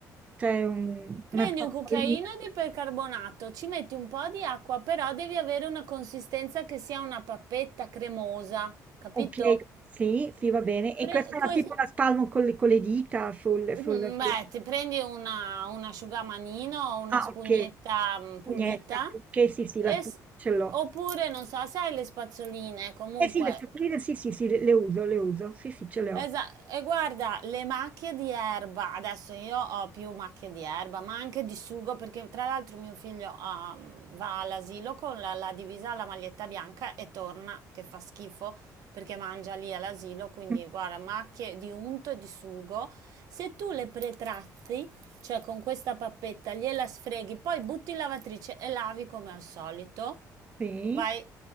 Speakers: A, on the right (about 20°); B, on the right (about 65°).
A: cioè un- una
B: Prendi
A: spazolina.
B: un cucchiaino di percarbonato, ci metti un po' di acqua, però devi avere una consistenza che sia una pappetta cremosa, capito?
A: Ok, sì, sì, va bene. E
B: Pre-
A: questa è
B: que-
A: una- tipo la spalmo con le, con le dita sul, sul-
B: Mhm,
A: sulla-
B: Beh, ti prendi una, un asciugamanino o una
A: Ah,
B: spugnetta
A: ok.
B: mm, pulita,
A: Pugnetta, ok, sì, sì,
B: e
A: la spugna
B: s-
A: ce l'ho.
B: oppure non so se hai le spazzoline, comunque
A: Eh sì, le spugine, sì, sì, sì, le, le uso, le uso. Sì, sì, ce le ho.
B: Esa e guarda, le macchie di erba, adesso io ho più macchie di erba, ma anche di sugo, perché tra l'altro mio figlio ha, mh, va all'asilo con la, la divisa, la maglietta bianca e torna che fa schifo perché mangia lì all'asilo, quindi
A: Mm.
B: guarda, macchie di unto e di sugo. Se tu le pretratti, cioè con questa pappetta, gliela sfreghi, poi butti in lavatrice e lavi come al solito.
A: Sì.
B: Vai,